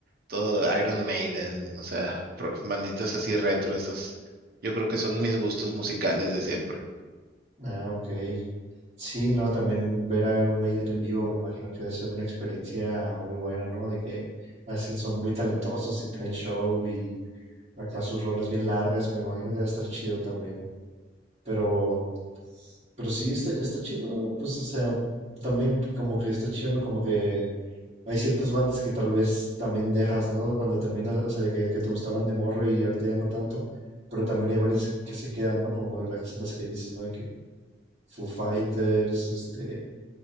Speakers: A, on the right (about 55°); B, on the right (about 35°).
A: todo Iron Maiden, o sea, ro- banditas así retro, esas, yo creo que son mis gustos musicales de siempre.
B: Ah, ok. Sí, no, también ver a Iron Maiden en vivo, me imagino que debe ser una experiencia muy buena, ¿no? De que hacen, son muy talentosos y traen show y acá sus rolas bien largas, me imagino que debe estar chido también. Pero, pero sí, este, está chido, pues, o sea, también como que está chido, ¿no? Como que hay ciertas bandas que tal vez también dejas, ¿no? Cuando terminas, o sea, de que, que te gustaban de morro y ahorita ya no tanto. Pero también hay varias que se quedan, ¿no? Como las, las que dices, ¿no? De que Foo Fighters, este,